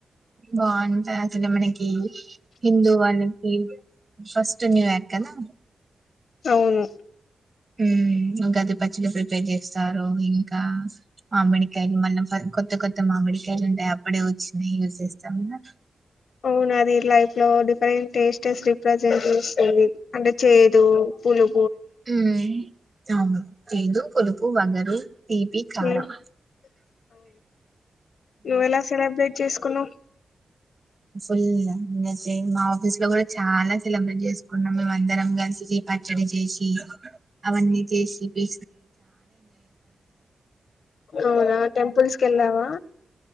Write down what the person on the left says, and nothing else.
అవును
అవునా మీ లైఫ్ లో డిఫరెంట్ టేస్ట్స్ ప్రజెంట్ చేస్తుంది అంటే చేదు పులు
ఉమ్, నువ్వ ఎలా సెలబ్రేట్ చేసుకున్నావ్
అవునా టెంపుల్స్ కి వెళ్దావా